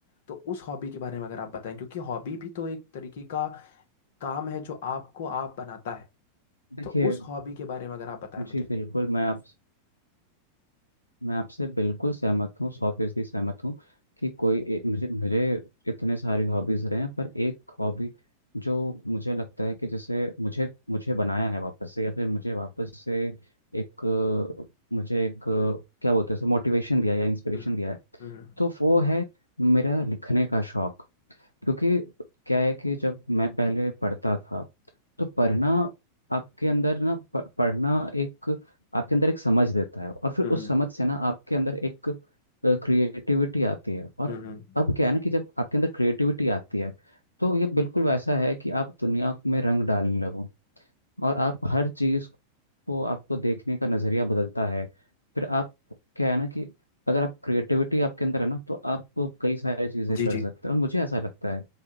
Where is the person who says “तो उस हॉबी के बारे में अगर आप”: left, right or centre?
Left